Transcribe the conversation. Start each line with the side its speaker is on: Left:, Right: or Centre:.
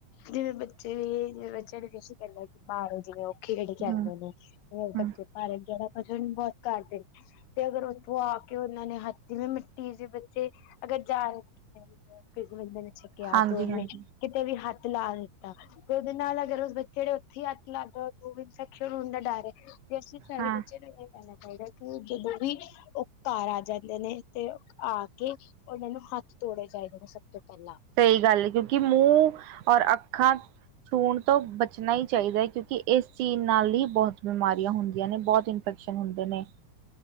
Left: ਜਿਵੇਂ ਬੱਚੇ ਵੀ ਜਿਵੇਂ ਬੱਚਿਆਂ ਨੂੰ ਅਸੀਂ ਕੈਂਨੇ ਆ ਕੀ ਬਾਰੋਂ ਜਿਵੇਂ ਓ ਖੇਡ
Right: ਹਮ
Left: ਕੇ ਆਂਦੇ ਨੇ ਓ
Right: ਹਮ
Left: ਬੱਚੇ ਭਾਰਨ ਜੋ ਐ ਨਾ ਭਜਣ ਬੋਤ ਕਰਦੇ ਨੇ 'ਤੇ ਅਗਰ ਉੱਥੋਂ ਆ ਕੇ ਉਨਾਂ ਨੇ ਹੱਥੀ ਜੋ ਮਿੱਟੀ ਜੇ ਵਿ ਚੇ ਅਗਰ ਜਾ ਰੇ ਨੇ ਜਾ ਕ੍ਰਿਸਮਸ ਦੇ ਛੱਕੇ ਹੱਥ
Right: ਹਾਂਜੀ ਹਾਂਜੀ
Left: ਕਿਤੇ ਵੀ ਹੱਥ ਲਾ ਦਿੱਤਾ। 'ਤੇ ਉਦੇ ਨਾਲ ਅਗਰ ਉਸ ਬੱਚੇ ਨੇ ਉੱਥੇ ਈ ਹੱਥ ਲਾਗੇ ਦੋ ਵੀ ਇਨਫੈਕਸ਼ਨ ਹੁੰਦਾ ਡਰ ਏ। ਤੇ ਅਸੀਂ ਸਾਰੇ
Right: ਹਾਂ
Left: ਬੱਚਿਆਂ ਨੂੰ ਏ ਕੈਂਨਾ ਚਾਈਦਾ ਕਿ ਜਦੋਂ ਵੀ ਓ ਘਰ ਆ ਜਾਂਦੇ ਨੇ 'ਤੇ ਆ ਕੇ ਉਨਾਂ ਨੂੰ ਹੱਥ ਧੋਣੇ ਚਾਈਦੇ ਨੇ ਸਭ ਤੋਂ ਪੈਲਾਂ।
Right: ਸਈ ਗੱਲ ਕਿਉਂਕਿ ਮੂੰ ਔਰ ਅੱਖਾਂ ਛੂਣ ਤੋਂ ਬਚਣਾ ਈ ਚਾਈਦਾ ਐ ਕਿਉਂਕਿ ਏਸ ਚੀਜ਼ ਨਾਲ ਈ ਬਹੁਤ ਬਿਮਾਰੀਆਂ ਹੁੰਦੀਆਂ ਨੇ ਬੋਤ ਇਨ ਫੈਕਸ਼ਨ ਹੁੰਦੇ ਨੇ।